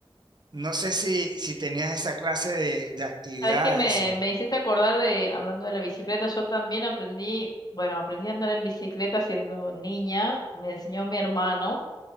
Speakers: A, on the right; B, on the left.
A: No sé si, si tenías esa clase de, de actividades
B: ¿Sabes qué? Me,
A: así.
B: me hiciste acordar de, hablando de la bicicleta, yo también aprendí, bueno, aprendí a andar en bicicleta siendo niña, me enseñó mi hermano